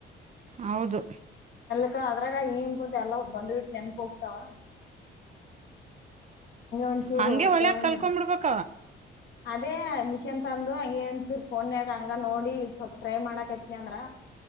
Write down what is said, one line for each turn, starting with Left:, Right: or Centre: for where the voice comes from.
Right: ಹೌದು
Left: ಕಾ <unintelligible> ಹಿಂಗ್ ಕುಂತವ ಎಲ್ಲ ಬಂದ್ಬಿಟ್ಟು ನೆನ್ಪು ಹೋಗತಾವ? ಒಂಚೂರು
Right: ಹಂಗೆ ಹೊಲಿಯಾಕ್
Left: ತಗೊಂಡ
Right: ಕಲ್ಕೊಂ ಬಿಡ್ಬೇಕ
Left: ಅದೇ ಮಿಷನ್ ತಂದು ಹಂಗಗೆ ಒಚೂರ್ ಫೋನ್ ಯಾಗ ಹಂಗ ನೋಡಿ ಸ್ವಲ್ಪ್ ಟ್ರೈ ಮಾಡಕೈತ್ನಿ ಅಂದ್ರ